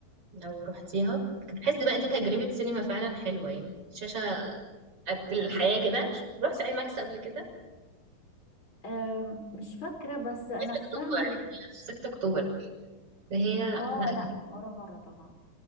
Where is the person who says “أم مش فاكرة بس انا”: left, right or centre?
Left